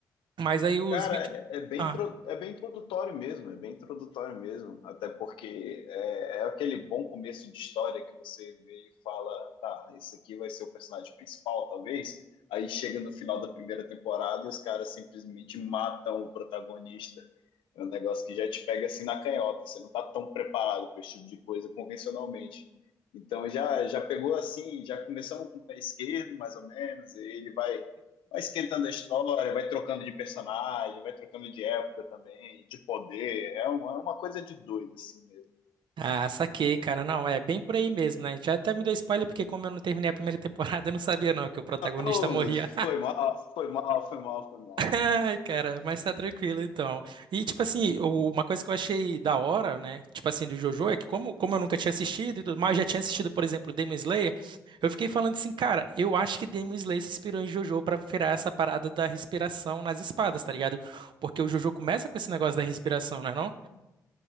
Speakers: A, on the right (about 60°); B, on the left (about 70°).
A: Mas aí os
B: Cara,
A: vídeos.
B: é é bem,
A: Ah,
B: intro- é bem introdutório mesmo, é bem introdutório mesmo, até porque é, é aquele bom começo de história que você vê e fala, tá, esse aqui vai ser o personagem principal, talvez. Aí chega no final da primeira temporada e os caras simplesmente matam o protagonista. É um negócio que já te pega assim na canhota, você não tá tão preparado para esse tipo de coisa convencionalmente. Então já, já pegou assim, já começamos com o pé esquerdo, mais ou menos, e ele vai vai esquentando a história, vai trocando de personagem, vai trocando de época também, de poder. É uma, é uma coisa de doido, assim mesmo.
A: ah, saquei, cara. Não, é bem por aí mesmo, né? Já até me deu spoiler, porque como eu não terminei a primeira <laughs> temporada, eu não sabia não que o protagonista
B: Oh,
A: morria.
B: foi mal, foi mal, foi mal, foi mal.
A: Ai, cara, mas tá tranquilo então. E, tipo assim, o- uma coisa que eu achei da hora, né? Tipo assim, do JoJo, é que como, como eu nunca tinha assistido e tudo mais, já tinha assistido, por exemplo, Demon Slayer, eu fiquei falando assim, cara, eu acho que Demon Slayer se inspirou em JoJo pra virar essa parada da respiração nas espadas, tá ligado? Porque o JoJo começa com esse negócio da respiração, né, não?